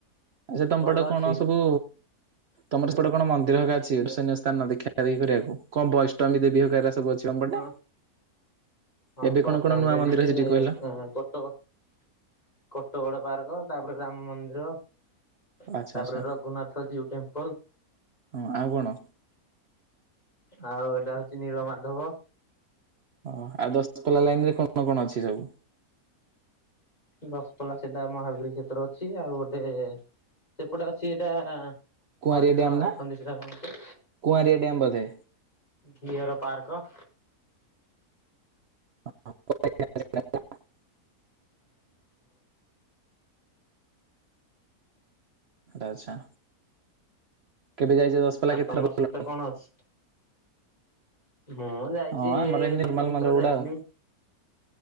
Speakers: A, on the right (about 55°); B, on the left (about 25°).
A: ଆଚ୍ଛା ତମପଟେ
B: ଭଲ
A: କଣ
B: ଅଛି।
A: ସବୁ ତମର ସେପଟେ କଣ ମନ୍ଦିର ହ ଅଛି ଦର୍ଷନିୟ ସ୍ଥାନ ଦେଖା ଦେଖି କରିବାକୁ କଣ ବୈଷ୍ଣବୀ ଦେବୀ ହ ଅଛି ଆମ ପଟେ
B: ହଁ ହଁ
A: ଏବେ
B: ବସଷ୍ଟାଣ୍ଡରେ
A: କଣ କଣ ନୂଆ ମନ୍ଦିର
B: ବି
A: ହେଇଛି
B: ସେ
A: ଟିକେ କହିଲ?
B: କଟ ବଡ ପାର୍କ ତାପରେ ରାମ ମନ୍ଦିର ତାପରେ
A: ଆଚ୍ଛା ଆଚ୍ଛା
B: ରଘୁନାଥ ଜୀଉ ଟେମ୍ପଲ
A: ହଁ ଆଉ କଣ?
B: ଆଉ ଏଇଟା ହଉଛି ନିଳମାଧବ
A: ଓ ଆଉ ଦଶପଲା ଲାଇନ ରେ କଣ କଣ ଅଛି ସବୁ।
B: ଦଶପଲା ସେଟା ମହାବୀର କ୍ଷେତ୍ର ଅଛି ଆଉ ଗୋଟେ ସେପଟେ ଅଛି ଏଇଟା।
A: କୁଆଁରିଆ
B: ହରିଣ
A: ଡ୍ୟାମ ନା
B: ଅଛନ୍ତି ସେଟା କଣ
A: କୁଆଁରିଆ ଡ୍ୟାମ ବୋଧେ
B: ଘିଅର ପାର୍କ।
A: <inaudible> ଆଚ୍ଛା। କେବେ ଯାଇଛେ ଦଶ ପିଲା
B: ଆଉ
A: କେତଥର?
B: ତମର ସେପଟେ କଣ ଅଛି? ମୁଁ ଯାଇଛି
A: ହଁ ଆମର ଏମିତି
B: ଦି
A: ନର୍ମାଲ
B: ତିନିଥର
A: ମନ୍ଦିର ଗୁଡା
B: ଯାଇଥିଲି
A: ଆଉ